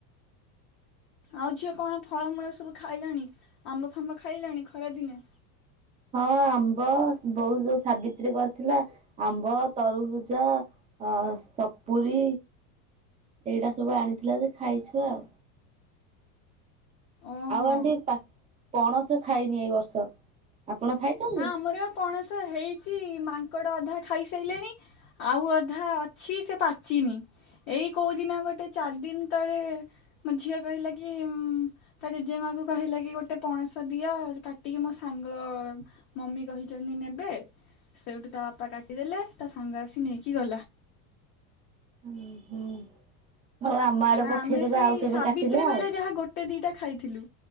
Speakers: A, on the left; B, on the right.
A: ଆଉ ଝିଅ କଣ ଫଳମୂଳ ସବୁ ଖାଇଲଣି? ଆମ୍ବ, ଫାମ୍ବ ଖାଇଲଣି ଖରାଦିନେ?
B: ହଁ, ଆମ୍ବ ବୋଉ ଯୋଉ ସାବିତ୍ରୀ କରିଥିଲା ଆମ୍ବ, ତରୁଭୁଜ। ଅ ସପୁୁରୀ ଏଇଟା ସବୁ ଆଣିଥିଲା ଯେ ଖାଇଛୁ ଆଉ।
A: ଓହୋ
B: ଆଉ ଆଣ୍ଟି ପଣସ ଖାଇନି ଏଇ ବର୍ଷ ଆପଣ ଖାଇଚନ୍ତି?
A: ହଁ ଆମର ପଣସ ହେଇଚି ମାଙ୍କଡ଼ ଅଧା ଖାଇସାଇଲେଣି। ଆଉ ଅଧା ଅଛି ସେ ପାଚିନି। ଏଇ କୋଉଦିନ ଗୋଟେ ଚାରି ଦିନ୍ ତଳେ। ମୋ ଝିଅ କହିଲା କି, ତା ଜେଜେମା କୁ କହିଲା କି ଗୋଟେ ପଣସ। ଦିଅ କାଟିକି ମୋ ସାଙ୍ଗ ମମି କହିଚନ୍ତି ନେବେ। ସେଇଠୁ ତା ବାପା କାଟିଦେଲେ। ତା ସାଙ୍ଗ ଆସି ନେଇକି ଗଲା।
B: ହୁଁ, ହୁଁ ହଉ ଆମ ଆଡେ
A: ଆଉ
B: ପଠେଇଦେବେ
A: ଆମେ ସେଇ
B: ଆଉ କେବେ
A: ସାବିତ୍ରୀ
B: କାଟିଲେ ଆଉ।
A: ବେଳେ ଯାହା ଗୋଟେ, ଦିଇଟା ଖାଇଥିଲୁ